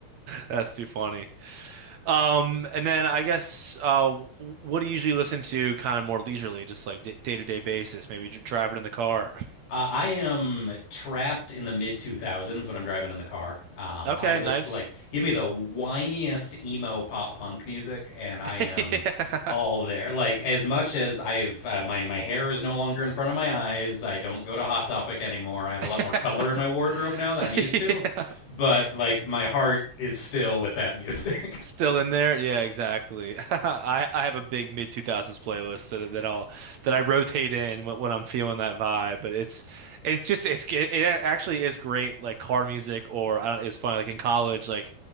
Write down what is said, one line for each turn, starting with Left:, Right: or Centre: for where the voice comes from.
Right: That's too funny. Um, and then I guess uh, w- what do you usually listen to, kind of more leisurely, just like d day-to-day basis? Maybe dr- driving in the car. <laughs>
Left: Uh, I am trapped in the mid two thousands when I'm driving in the car. Um,
Right: Okay,
Left: I listen
Right: nice.
Left: like give me the whiniest emo pop punk music, and I
Right: <laughs>
Left: am
Right: Yeah.
Left: all there. Like as much as I've uh, my my hair is no longer in front of my eyes. I don't go to Hot Topic anymore. I have
Right: <laughs>
Left: a lot more color in my wardrobe now than I used
Right: Yeah.
Left: to, but like my heart is still with that <laughs> music.
Right: Still in there? Yeah, exactly. <laughs> I I have a big mid 2000s playlist that that I'll that I rotate in when, when I'm feeling that vibe, but it's it's just it's it, it actually is great like car music or I don't it's funny like in college like